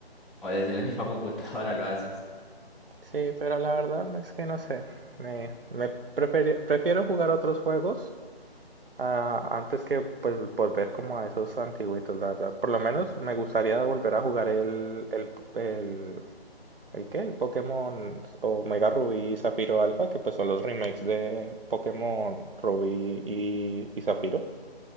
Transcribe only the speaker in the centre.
o desde la misma computadora lo haces.